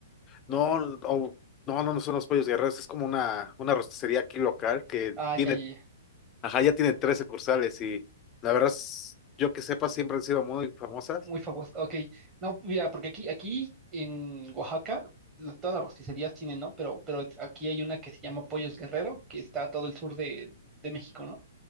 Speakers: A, on the left; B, on the right.
A: No, o- no, no, no son los pollos guerreros, es como una, una rosticería aquí local que
B: Ah,
A: tiene,
B: ya, ya, ya,
A: ajá, ya tiene tres sucursales y la verdad, es- yo que sepa, siempre han sido muy famosas.
B: muy famoso. Ok, no, mira, porque aquí, aquí en Oaxaca, lo- todas las rosticerías tienen, ¿no? Pero, pero aquí hay una que se llama Pollos Guerrero, que está a todo el sur de, de México, ¿no?